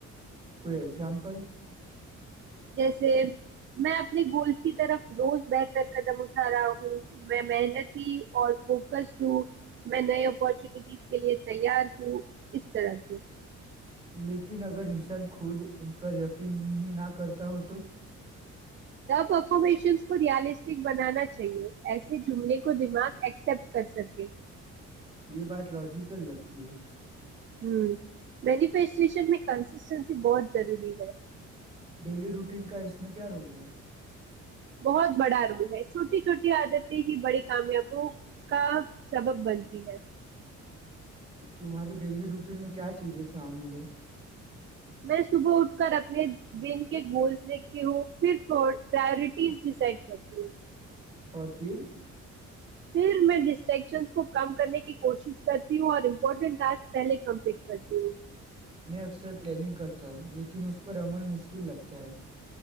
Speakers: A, on the right; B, on the right.
A: کوئی ایگزامپل
B: جیسے میں اپنے گولس کی طرف روز بہتر قدم اٹھا رہا ہوں میں محنتی اور فوکس ہوں میں نئے اپارچونیٹیز کے لیے تیار ہوں اس طرح سے
A: لیکن اگر انسان خود ان پر یقین ہی نہ کرتا ہو تو
B: ت پرفارمیشنز کو ریالسٹک بنانا چاہیئے ایسے جملے کو دماغ ایکسپٹ کر سکے
A: یہ بات لاجیکل لگتی ہے
B: ہ مینیفیسٹشن میں کنسسٹینسی بہت ضروری ہے
A: ڈیلی روٹین کا اس میں کیا رول ہے
B: بہت بڑا رول ہے چھوٹی چھوٹی عادتیں ہی بڑی کامیابوں کا سبب بنتی ہے
A: تمہاری ڈیلی روٹین میں کیا چیزیں شامل ہے
B: میں صبح اٹھ کر اپنے دین کے گولس دیکھتی ہوں پھر پرورٹیز ڈیسائڈ کرتی ہوں
A: اور پھر
B: پھر میں ڈسٹریکشنز کو کم کرنے کی کوشش کرتی ہوں اور امپورٹنٹ ٹاسک پہلے کمپلیٹ کرتی ہوں
A: میں اکثر پلاننگ کرتا ہوں لیکن اس پر عمل مشکل لگتا ہے